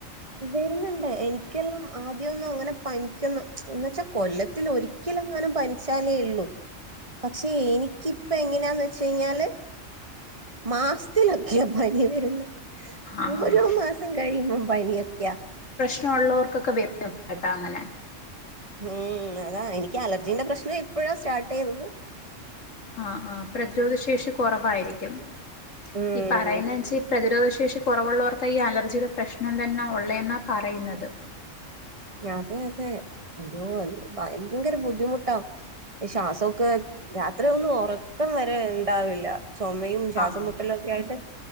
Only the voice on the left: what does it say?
ആഹ്
പ്രശ്നള്ളവർക്കൊക്കെ വ കേട്ടാ അങ്ങനെ.
ആ ആ പ്രതിരോധ ശേഷി കുറവായിരിക്കും
ഈ പറയുന്നെച്ചാ പ്രതിരോധ ശേ ശേഷി കുറവുള്ളവർക്കായി ഈ അലർജിയുടെ പ്രശ്നം തന്നെ ഉള്ളേന്നാ പറയുന്നത്
ആഹ്